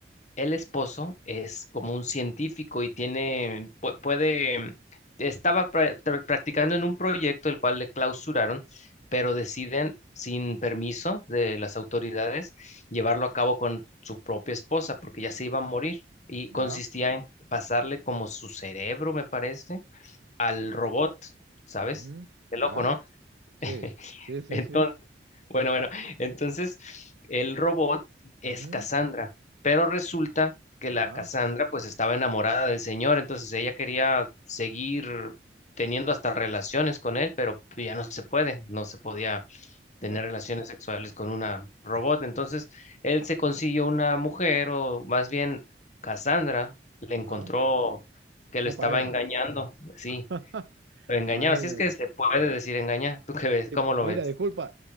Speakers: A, on the left (about 40°); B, on the right (about 80°).
A: el esposo es como un científico y tiene, pu- puede, estaba pra- tra- practicando en un proyecto el cual le clausuraron, pero deciden, sin permiso de las autoridades, llevarlo a cabo con su propia esposa porque ya se iba a morir. Y consistía
B: ya,
A: en pasarle como su cerebro, me parece, al robot, ¿sabes?
B: ujú,
A: Qué
B: ya.
A: loco, ¿no?
B: Sí,
A: <laughs>
B: sí, sí,
A: Entonces,
B: sí.
A: bueno, bueno, entonces el robot es
B: ujú,
A: Cassandra, pero resulta que
B: Ajá,
A: la Cassandra pues estaba enamorada del señor, entonces ella quería seguir teniendo hasta relaciones con él, pero pues, ya no se puede, no se podía tener
B: pero-
A: relaciones sexuales con una robot, entonces él se consiguió una mujer o más bien Cassandra le encontró
B: ajá.
A: que lo
B: Una
A: estaba
B: pareja.
A: engañando, sí,
B: <laughs>
A: lo engañaba,
B: Imagínate.
A: si es que se puede decir engañar, ¿tú qué ves? ¿Cómo
B: Eh,
A: lo
B: Mira,
A: ves?
B: disculpa,